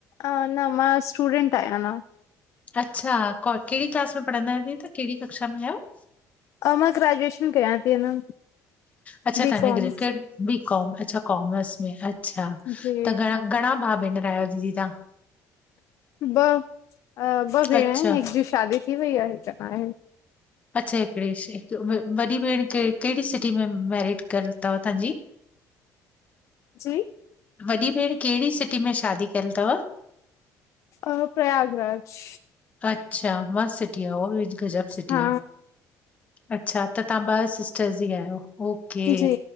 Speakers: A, on the left; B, on the left.
A: अ न मां स्टूडेंट आहियां अना।
B: अच्छा क कहिड़ी क्लास में पढ़ंदा आहियो? दीदी तव्हां कहिड़ी कक्षा में आहियो?
A: अ मां ग्रेजुएशन कयां थी। अञा
B: अच्छा
A: बी
B: तव्हां अना
A: कॉम
B: ग्रेकुएट बी कॉम अच्छा कॉमस में अच्छा
A: जी
B: त घणा घणा भाउ भेनर आहियो दीदी तव्हां?
A: ब अ ॿ भेण
B: अच्छा
A: आहिनि हिकु जी शादी थी वई आहे हिकु अना आहे।
B: अच्छा हिकिड़े हिक वॾी भेण क कहिड़ी सिटी में मेरिट कयल थव तव्हां जी?
A: जी?
B: वॾी भेण कहिड़ी सिटी में शादी कयल थव?
A: अ प्रयागराज।
B: अचछा मस्त सिटी आ उअ बि गजब सिटी
A: हा
B: आ। अच्छा त तव्हां ॿ सिस्टर्स ई आहियो ओके
A: जी